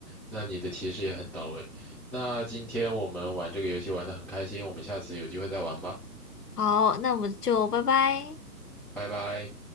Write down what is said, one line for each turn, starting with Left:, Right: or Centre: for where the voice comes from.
Centre: 那你的提示也很到位。那今天我们玩这个游戏玩得很开心，我们下次有机会再玩吧，
Left: 好，那我们就拜拜。
Centre: 拜拜。